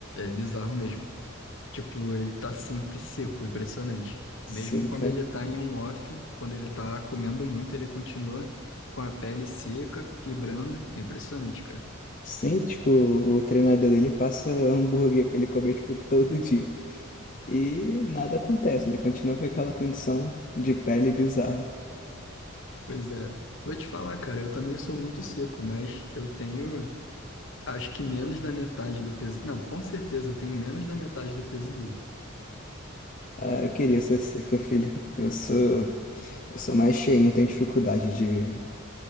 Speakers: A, on the left; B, on the left.
A: é bizarro mesmo. Tipo, ele tá sempre seco, impressionante.
B: Sim,
A: Mesmo quando
B: cara.
A: ele tá em um off, quando ele tá comendo muito, ele continua com a pele seca, fibrando. É impressionante, cara.
B: Sim, tipo, o treinador dele passa hambúrguer pra ele comer, tipo, todo dia. E nada acontece, ele continua com aquela condição de pele bizarra.
A: Pois é. Vou te falar, cara, eu também sou muito seco, mas eu tenho, acho que menos da metade do peso. Não, com certeza eu tenho menos da metade do peso dele.
B: Ah, eu queria ser seco, filho. Eu sou. Eu sou mais cheio, não tenho dificuldade de